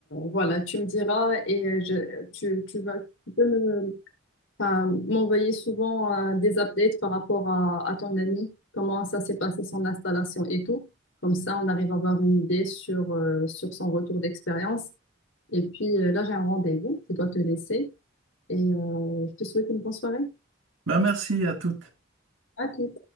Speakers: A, on the left (about 75°); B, on the right (about 80°).
A: voilà, tu me diras et euh, je, tu, tu vas, tu peux me enfin, m'envoyer souvent euh, des updates par rapport à, à ton ami, comment ça s'est passé son installation et tout. Comme ça, on arrive à avoir une idée sur, euh, sur son retour d'expérience. Et puis euh, là, j'ai un rendez-vous, je dois te laisser et euh, je te souhaite une bonne soirée.
B: Ben, merci à toutes.
A: À tout.